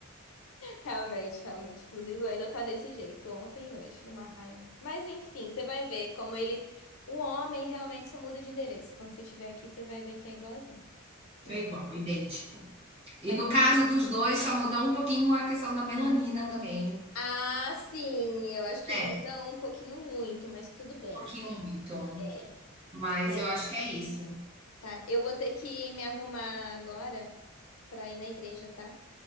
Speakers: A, on the left; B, on the right.
A: Realmente, realmente. Inclusive, o ainda tá desse jeito, ontem e hoje, numa raiva. Mas enfim, você vai ver como ele. O homem realmente só muda de endereço. Quando você estiver aqui, você vai ver que é igualzinho. Ent-
B: É igual, idêntico.
A: Mas.
B: E no caso dos dois, só muda um pouquinho a questão da melanina também,
A: Ah, sim, eu acho que
B: né?
A: muda um pouquinho muito, mas tudo bem.
B: Um pouquinho muito.
A: É.
B: Mas
A: Mas
B: eu acho que é isso.
A: tá. Eu vou ter que me arrumar agora pra ir na igreja, tá?